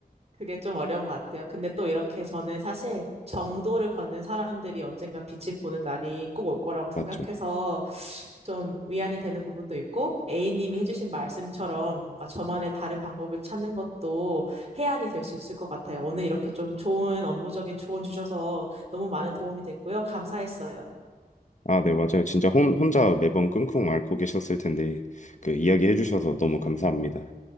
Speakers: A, on the right; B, on the left.
A: 그게 좀 어려운 것 같아요. 근데 또 이렇게 저는 사실 정도를 걷는 사람들이 언젠가 빛을 보는 날이 꼭 올 거라고 생각해서
B: 맞죠.
A: 좀 위안이 되는 부분도 있고, A님이 해주신 말씀처럼 뭔가 저만의 다른 방법을 찾는 것도 해안이 될 수 있을 것 같아요. 오늘 이렇게 좀 좋은 업무적인 조언 주셔서 너무 많은 도움이 됐고요. 감사했어요.
B: 아, 네, 맞아요. 진짜 혼, 혼자 매번 끙끙 앓고 계셨을 텐데, 그, 이야기해 주셔서 너무 감사합니다.